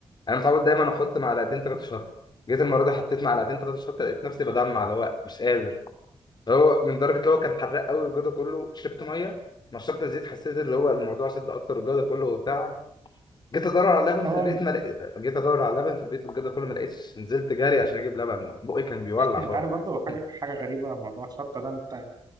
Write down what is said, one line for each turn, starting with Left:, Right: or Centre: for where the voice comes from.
Left: انا متعود دايما احط معلقتين ثلاثه شطه جيت المره دي حطيت معلقتين ثلاثه شطه لقيت نفسي بدمع اللي هو مش قادر هو من درجه اللي هو كان حراق قوي الجو ده كله شربت ميه نشرت الزيت حسيت اللي هو الموضوع شد اكتر الجو ده كله وبتاع جيت ادور على لبن
Right: اه
Left: في البيت
Right: انت
Left: ما لق... جيت ادور على لبن في البيت والجو ده كله ما لقيتش نزلت جري عشان اجيب لبن بقي كان بيولع
Right: أنت
Left: خالص
Right: عارف برضو حاجه
Left: <laughs>
Right: حاجه غريبه موضوع الشطه ده انت